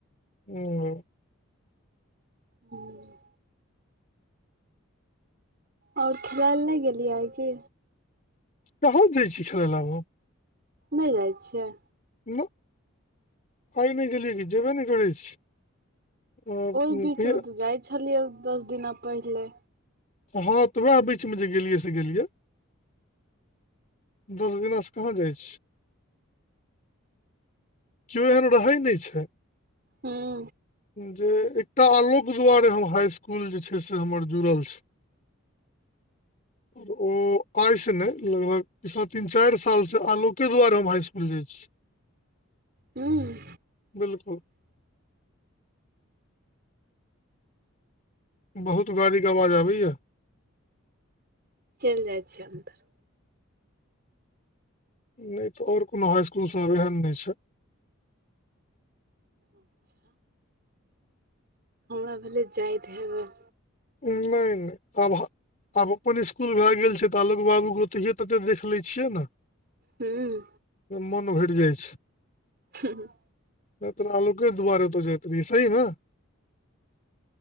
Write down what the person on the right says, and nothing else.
हूँ। और खेलाय ले नहि गेलियै आइ कि?
नहि जाइ छियै।
ओहि बीच
मे तऽ जाइ छलियै, दस दिना पहिले।
हूँ
हूँ।
चैल जाइ छियै अन्दर।
अच्छा। हमरा भेलै जाइत हेबै।
हूँ।
हूँ -हुँ।